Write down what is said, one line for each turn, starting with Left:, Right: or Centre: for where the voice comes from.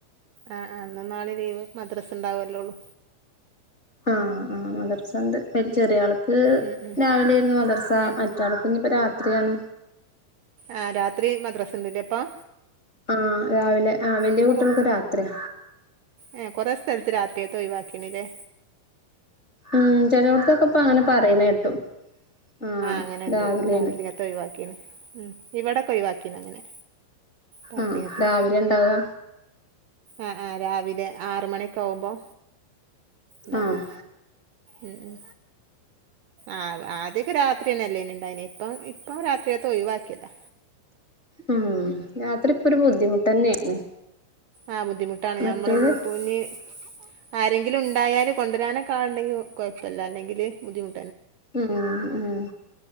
Right: ആ ഇന്നുന്നാള്ളയും ലീവ് മദ്രസ് ഉണ്ടാവല്ലോള്ളു
Left: ആം.. ആ മദ്രസ ചെറിയ ആൾക്ക്
Right: ഉം, ഉം,
Left: രാവിലെ ആയിരുന്നു മദ്രസ
Right: ഉം.
Left: മറ്റാൾക്ക് ഇനിയിപ്പോ എത്രയാണ്
Right: ആഹ് രാത്രി മദ്രാസണ്ട് ല്ലെ പ്പം
Left: ആഹ് രാവിലെ ആ വല്ല്യ
Right: ഇപ്പോൾ
Left: കുട്ടിൾക്ക് രാത്രിയ
Right: ഏഹ് കൊറെ സ്ഥലത്ത് രാത്രിയത്ത ഒഴിവാക്കിണ്ല്ലേ
Left: ഉം ചിലവിടത്തൊക്കെ ഇപ്പ അങ്ങനെ പറയുന്ന കേട്ടും ആഹ്
Right: അങ്ങനെണ്ട്
Left: രാവിലെണ്
Right: രാത്രികത്തെ ഒഴിവാക്കീണ് ഉം ഇവിടെക്കെ ഒഴിവാക്കിന്ന അങ്ങനെ രാത്രിക്കത്
Left: ആഹ് രാവിലെ ഇണ്ടാവുക
Right: ആഹ് ആഹ് രാവിലെ ലെ ആറു മണിയൊക്കെ ആവുമ്പോ ണ്ടാവാ
Left: ആഹ്
Right: മ് മ് ആഹ് ആദ്യൊക്കെ രാത്രി തന്നെ അല്ലേനിണ്ടായന് ഇപ്പം ഇപ്പം രാത്രിയത്തെ ഒയിവാക്കിയതാ
Left: ഉം രാ അത്ര ഇപ്പൊ ഒരു ബുദ്ധിമുട്ട് തന്നെയാണ്
Right: ആഹ് ബുദ്ധിമുട്ടാണ്
Left: മറ്റേത്
Right: ഞമ്മൾ ഇപ്പോനി ആരെങ്കിലുണ്ടായാൽ കൊണ്ടരനോ ക്കാളുണ്ടെങ്കി കൊയപ്പല്ല അല്ലെങ്കില് ബുദ്ധിമു
Left: ഉം ഉം